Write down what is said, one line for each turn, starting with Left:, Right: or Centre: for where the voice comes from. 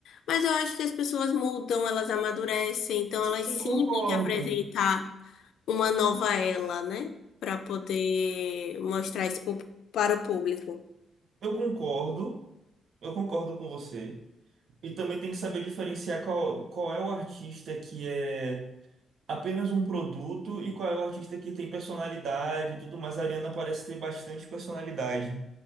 Left: mas eu acho que as pessoas mudam, elas amadurecem, então
Right: Sim,
Left: elas sim
Right: concordo.
Left: têm que apresentar uma nova ela, né? Para poder mostrar isso pro- para o público.
Right: Eu concordo, eu concordo com você. E também tem que saber diferenciar qual, qual é o artista que é apenas um produto e qual é o artista que tem personalidade e tudo mais. A Ariana parece ter bastante personalidade.